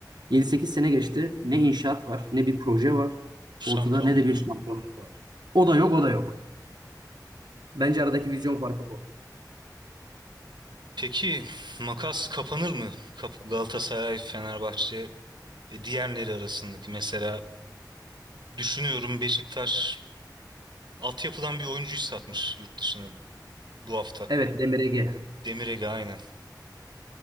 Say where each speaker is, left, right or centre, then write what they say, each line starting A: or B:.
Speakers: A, on the right; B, on the right.
A: 7-8 sene geçti. Ne inşaat var, ne bir proje var.
B: Şampiyonluk
A: Ortada ne de bir
B: da yok.
A: şampiyonluk var. O da yok, o da yok. Bence aradaki vizyon farkı bu.
B: Peki makas kapanır mı? Kap- Galatasaray, Fenerbahçe ve diğerleri arasındaki mesela düşünüyorum Beşiktaş altyapıdan bir oyuncuyu satmış yurt dışına bu hafta.
A: Evet Demir Ege.
B: Demir Ege aynen.